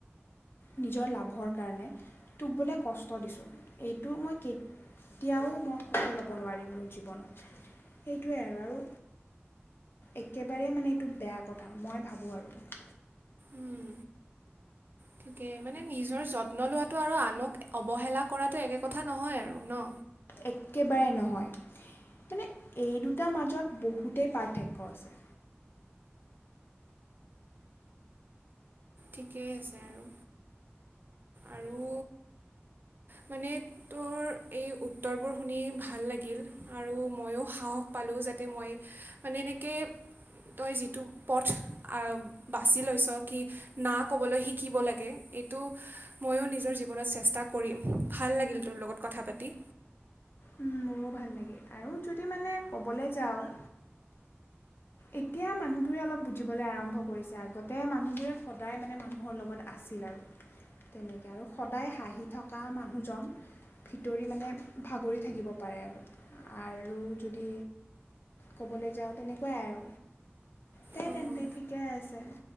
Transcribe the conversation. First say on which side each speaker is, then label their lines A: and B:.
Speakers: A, on the left (about 55°); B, on the right (about 50°).
A: নিজৰ লাভৰ কাৰণে টোক বোলে কষ্ট দিছোঁ এইটো মই কে কেতিয়াও মই সফল হ'ব নোৱাৰিম মোৰ জীৱনত সেইটোৱে আৰু একেবাৰে মানে এইটো বেয়া কথা মই ভাবোঁ আৰু।
B: উম। ঠিকে মানে নিজৰ যত্ন লোৱাটো আৰু আনক অৱহেলা কৰাটো একে কথা নহয় আৰু ন?
A: একেবাৰে নহয় মানে এই দুটাৰ মাজত বহুতেই পাৰ্থক্য আছে।
B: ঠিকেই আছে আৰু। আৰু মানে তোৰ এই উত্তৰবোৰ শুনি ভাল লাগিল আৰু ময়ো সাহস পালোঁ যাতে মই মানে এনেকে তই যিটো পথ বাচি লৈছ কি না ক'বলৈ শিকিব লাগে। এইটো ময়ো নিজৰ জীৱনত চেষ্টা কৰিম, ভাল লাগিল তোৰ লগত কথা পাতি।
A: উম, মোৰো ভাল লাগিল। আৰু যদি মানে ক'বলৈ যাওঁ এতিয়া মানুহবোৰে অলপ বুজিবলৈ আৰম্ভ কৰিছে, আগতে মানুহবোৰে সদায় মানে মানুহৰ লগত আছিল আৰু তেনেকৈ, আৰু সদায় হাঁহি থকা মানুহজন ভিতৰি মানে ভাগৰি থাকিব পাৰে আৰু। আৰু যদি ক'বলৈ যাওঁ তেনেকুৱাই আৰু। দে
B: অঁ
A: তেন্তে ঠিকেই আছে।